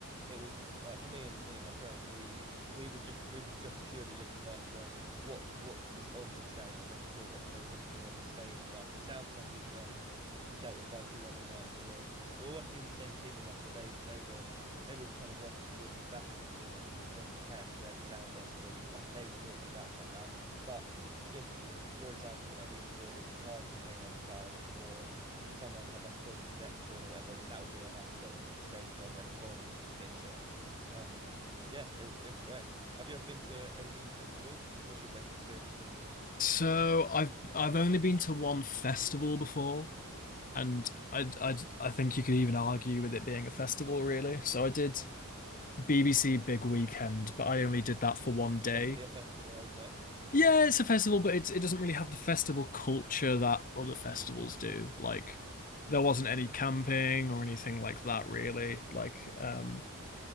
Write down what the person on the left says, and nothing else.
So I've I've only been to one festival before, and I I I think you could even argue with it being a festival really. So I did BBC Big Weekend, but I only did that for one
day.
Yeah, it's a festival, but it's it doesn't really have the festival culture that other festivals do. Like there wasn't any camping or anything like that really. Like um